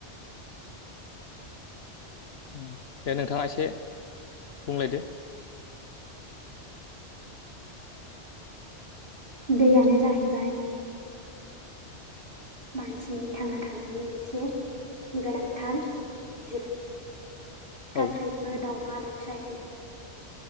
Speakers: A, on the left (about 65°); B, on the right (about 50°).
A: ओं दे नोंथाङा एसे बुंलायदो।
B: दैयानो जाहैबाय मानसिनि थांना थानायनि मोनसे गोनांथार जिराद
A: औ
B: गासैबो दाउमा दाउसायानो